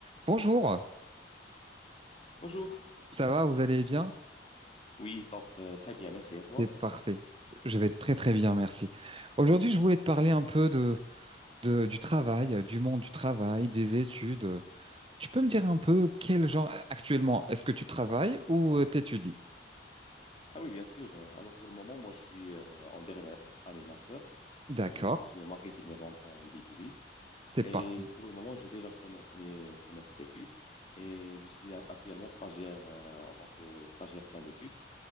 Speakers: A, on the right; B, on the left.
A: Bonjour,
B: Bonjour.
A: ça va, vous allez bien?
B: Oui, top. euh, très bien, merci à toi.
A: C'est parfait. Je vais très très bien, merci. Aujourd'hui, je voulais te parler un peu de, de- du travail, euh, du monde du travail, des études. Tu peux me dire un peu quel genre actuellement, est-ce que tu travailles ou euh, t'étudies?
B: Ah oui, bien sûr. euh, Alors pour le moment, moi je suis euh, en dernière année de master.
A: D'accord,
B: Euh, je suis en marketing et vente en B2B.
A: c'est
B: Et
A: parti.
B: pour le moment, j'ai déjà fait mon premier semestre d'études et je suis a- actuellement stagiaire euh, en tant que stagiaire fin d'études